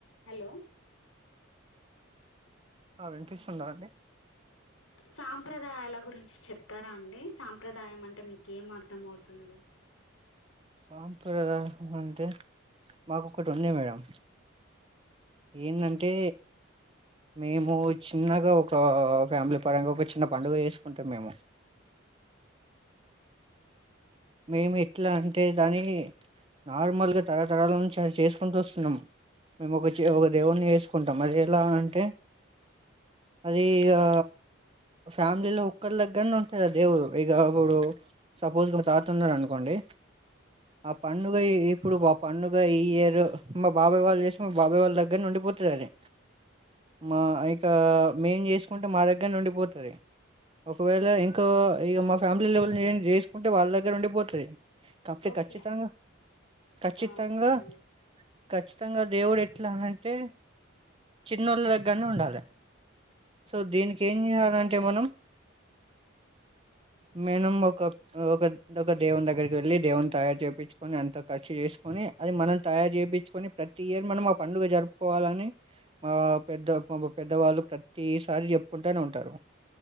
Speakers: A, on the left; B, on the right.
A: Hello
B: ఆ వినిపిస్తున్నదా అండి
A: సాంప్రదాయాల గురించి చెప్తారా అండి సాంప్ర ప్రదాయం అంటే మీకేం అర్థమవుతుంది
B: సాంప్రదాయ అంటే మాకు ఒకటి ఉంది మేడం ఏందంటే మేము చిన్నగా ఒక ఫ్యామిలీ పరంగా ఒక చిన్న పండుగ వేసుకుంటాం మేము మేము ఎట్లా అంటే దాన్ని నార్మల్గా తరతరాల నుంచి అది చేసుకుంటూ వస్తున్నాం మేము ఒక ఒక దేవుడిని చెసుకుంటాం అది ఎలా అంటే అది ఇగా ఫ్యామిలీలో ఒక్కలి దగ్గరనే ఉంటంది దేవుడు ఇగా ఇప్పుడు సపోజ్ మా తాత తున్నడు అనుకోండి ఆ పండుగ ఇప్పుడు ఆ పండుగ ఈ ఇయరు మా బాబాయ్ వాళ్ళు చేసుకు మా బాబాయ్ వాళ్ళ దగ్గరనే ఉండిపోతంది అది మా ఇంకా మేము చేసుకుంటే మా దగ్గరనే ఉండిపోతది ఒకవేళ ఇంకా ఇక మా ఫ్యామిలీ లెవల్ చేసుకుంటే వాళ్ళ దగ్గర ఉండి పోతది కాపోతే
A: ఓకే
B: ఖచ్చితంగా ఖచ్చితంగా
A: ఆ చెప్పండి
B: కచ్చి త్తంగా దేవుడు ఎట్లా అంటే చిన్నోళ్ళ దగ్గరనే ఉండాలి సో దీనికి ఏం చేయాలంటే మనం మేనం ఒక ఒక ఒక్క దేవుని దగ్గరికి వెళ్ళి దేవుని తయారు చేయిించుకొని అంత ఖర్చు చేసుకొని అది మనం తయారు చేయించుకొని ప్రతి ఇయర్ మనం ఆ పండుగ జరుపుకోవాలని మా పెద్ద మా పెద్దవాళ్ళు ప్రతిసారి చెప్పుకుంటనే ఉంటారు